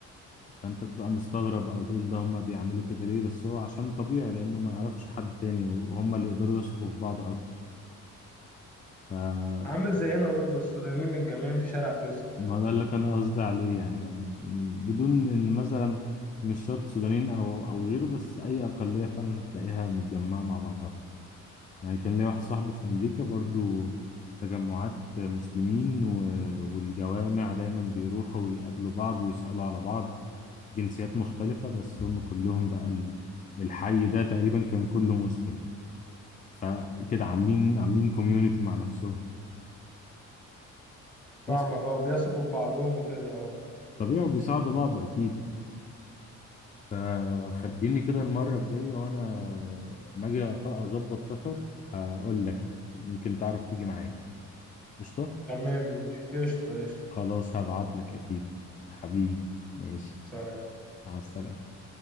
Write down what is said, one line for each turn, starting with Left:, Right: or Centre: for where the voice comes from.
Left: فانت تبقى مستغرب او تقول ده هما بيعملوا كده ليه بس هو عشان طبيعي لانه ما يعرفش حد تاني وهما اللي يقدروا يثقوا في بعض اكتر فما
Centre: عامل زي هنا برضو السودانيين متجمعين في شارع فيصل
Left: ده
Centre: <laughs>
Left: اللي كان قصدي عليه يعني أنا م- بدون ان مثلا مش شرط سودانيين او او غيره بس اي اقليه فعلا هتلاقيها متجمعه مع بعضها يعني كان ليا واحد صاحبي في أمريكا برضو تجمعات مسلمين و- والجوامع دايما بيروحوا ويقابلوا بعض ويسألوا على بعض جنسيات مختلفة بس هم كلهم بقى ال- الحي ده تقريبا كان كله مسلم فكده عاملين عاملين كوميونيتي مع نفسهم بس
Centre: فاهمك اه بيثقوا في بعضهم وكده اه
Left: طبيعي وبيساعدوا بعض أكيد فخليني كده المرة الجاية وأنا ما أجي أط- أظبط سفر هقول لك يمكن تعرف تيجي معايا قشطة
Centre: تمام ماشي قشطة قشطة
Left: خلاص هبعتلك أكيد حبيبي ماشي
Centre: سلام
Left: على السلامة